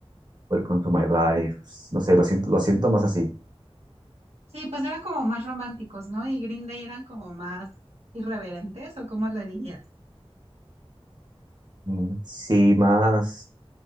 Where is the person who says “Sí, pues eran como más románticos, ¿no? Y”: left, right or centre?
Right